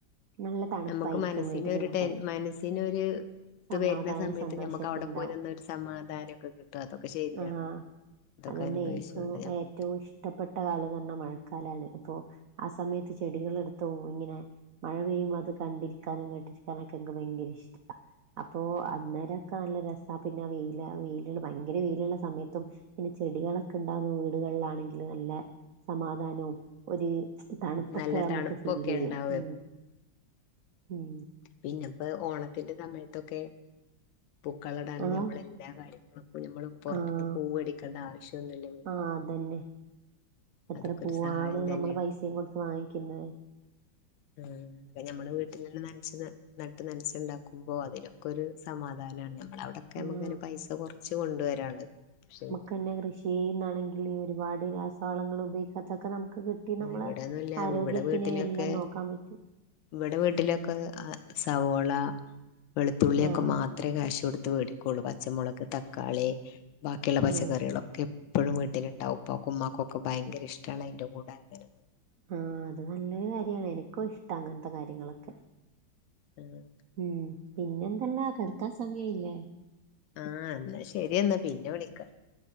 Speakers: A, on the right (about 80°); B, on the left (about 75°).
A: നല്ല തണുപ്പായിരിക്കും
B: ഞമ്മക്ക് മനസ്സിന്
A: വീട്ടിൽ
B: ഒരു
A: നിൽക്കാൻ
B: ടെൻ മനസ്സിനൊരു ഇത്
A: സമാധാനം
B: വരുന്ന സമയത്ത്
A: സന്തോഷമൊക്കെ
B: നമ്മക്ക് അവിടെ
A: ഉണ്ടാവും
B: പോരന്നൊരു സമാധാനെക്കെ കിട്ടും അതൊക്കെ ശരിയാണ്
A: ആഹ്
B: അതൊക്കെ
A: അതന്നെ
B: അനുഭവിച്ചുണ്ട്
A: എനിക്കും
B: ഞമ്മൾ
A: ഏറ്റവും ഇഷ്ടപ്പെട്ട കാലം ന്ന് പറഞ്ഞ മഴക്കാലാണ് അപ്പൊ ആ സമയത്ത് ചെടികൾ എടുത്ത് പോവും ഇങ്ങനെ മഴ പെയ്യുമ്പം അത് കണ്ടിരിക്കാനും കേട്ടിരിക്കാനൊക്കെ ഇൻക് ഭയങ്കര ഇഷ്ട അപ്പോ അന്നേരൊക്കെ നല്ല രസാ പിന്നെ വെയില വെയിലുള്ള ഭയങ്കര വെയിലുള്ള സമയത്തും പിന്നെ ചെടികളൊക്കെ ഉണ്ടാവുന്ന വീടുകളിലാണെങ്കില് നല്ല സമാധാനവും ഒര് തണുപ്പൊക്കെ
B: നല്ല
A: ഞമ്മക്ക്
B: തണുപ്പൊക്കെ
A: ഫീല് ചെയ്യും
B: ഉണ്ടാവും
A: ഉം ഉം
B: പിന്നെ ഇപ്പ ഓണത്തിന്റെ സമയത്തൊക്കെ പൂക്കളം ഇടാനു
A: ആഹ്
B: ഞമ്മള എല്ലാ കാര്യങ്ങൾക്കും നമ്മൾ പൊറത്ത്ന്ന്
A: ആഹ്
B: പൂവടിക്കേണ്ട ആവശ്യൊന്നുല്ല
A: ആഹ് അതന്നെ എത്ര
B: അതൊക്കെ
A: പൂവാണ്
B: ഒരു സഹായം തന്നെയാണ്
A: നമ്മള് പൈസയും കൊടുത്ത് വാങ്ങിക്കുന്നത്
B: ഉം അത് ഞമ്മെ വീട്ടിലെന്നെ നനച്ച് ന നട്ട് നനച്ചുണ്ടാക്കുമ്പോ അതിനൊക്കെ ഒരു സമാധാനണ് നമ്മളവിടെ ഒക്കെ നമ്മുക്ക്ങ്ങനെ
A: ആഹ്
B: പൈസ കൊറച്ച് കൊണ്ടുവരാള്ളത് പക്ഷേ
A: പിന്നെ കൃഷിന്നാണെങ്കിൽ ഒരുപാട് രാസവളങ്ങള് ഉപയോഗിക്കാത്തൊക്കെ നമുക്ക് കി ട്ടി നമ്മളെ
B: ഇവിടെന്നുല്ല
A: ആരോഗ്യത്തിനെ
B: ഇവിടെ വീട്ടിലൊക്കെ
A: എല്ലാം നോക്കാൻ പറ്റും
B: ഇവിടെ വീട്ടിലൊക്കെ സവോള വെളുത്തുള്ളി ഒക്കെ
A: ആഹ്
B: മാ ത്രേ കാശ് കൊടുത്ത് വേടിക്കുള്ളൂ പച്ചമുളക് തക്കാളി ബാക്കിയുള്ള പച്ചക്കറികളൊക്കെ
A: ഉം
B: എപ്പളും വീട്ടില്ണ്ടാവും ഉപ്പാക്കും ഇമ്മാക്കും ഒക്കെ ഭയങ്കര ഇഷ്ടാണ് അതിന്റെ കൂടെങ്ങനെ
A: ആഹ് അത് നല്ലൊരു കാര്യാണ് എനിക്കും ഇഷ്ട അങ്ങനത്തെ കാര്യങ്ങളൊക്കെ
B: ആഹ് അത്‌
A: ഉം പിന്നെന്തല്ലാം കെടക്കാൻ സമയായില്ലേ
B: ആഹ് എന്നാ ശരിയാ എന്ന പിന്നെ വിളിക്കാ